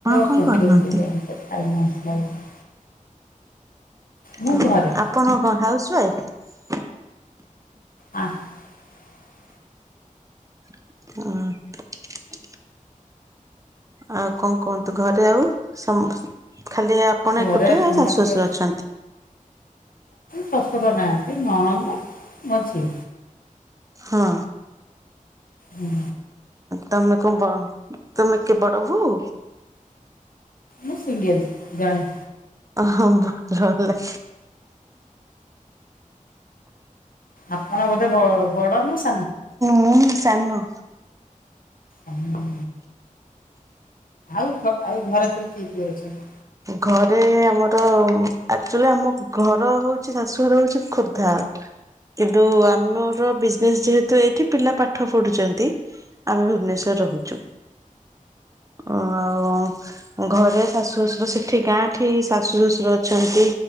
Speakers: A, on the right (about 25°); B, on the left (about 90°).
A: କଣ
B: ଗୁଦଛି
A: କରୁଛନ୍ତି?
B: Bank finance line. ମୁଁ
A: ହ
B: ଘରେ
A: ଆପଣଙ୍କ କଣ ହାଉସ ୱାଇଫ?
B: <inaudible>
A: ହଁ। ଆଉ କଣ କୁହନ୍ତୁ ଘରେ ଆଉ ସମ ଖାଲି ଆପଣ ଏକୁଟିଆ
B: ଘରେ ସମସ୍ତେ
A: ଶାଶୁ ଶାଶୁ ଅଛନ୍ତି।
B: ଶଶୁର ନାହାନ୍ତି ନଳନ୍ଦ ମଝି
A: ହଁ।
B: ହୁଁ।
A: ତମେ କ ତମେ କେ ବଡବୋହୁ?
B: ମୁଁ ସିଙ୍ଗଲ ଜଣେ।
A: ହଁ ଭଲହେଲା।
B: ଆପଣ ବୋଧେ ବ ବଡ ନା ସା
A: ମୁଁ ସାନ।
B: ହୁଁ। ଆଉ ଘ ଆଉ ଘରେ ସବୁ କିଏ କିଏ ଅଛନ୍ତି?
A: ଘରେ ଆମର ଏକ୍ଟୁଆଳି ଆମ ଘର ହଉଛି ଶାଶୁଘର ହଉଛି ଖୋର୍ଦ୍ଧା। କିନ୍ତୁ ଆମର ବିଜନେସ ଯେହେତୁ, ଏଇଠି ପିଲା ପାଠ ପଢୁଛନ୍ତି ଆମେ ଭୁବନେଶ୍ଵର ରହୁଛୁ। ଓ ଆଉ ଘରେ ଶାଶୁ ଶଶୁର ଶେ ଏଠି ଗାଁଠି ଶାଶୁ ଶ୍ୱଶୁର ଅଛନ୍ତି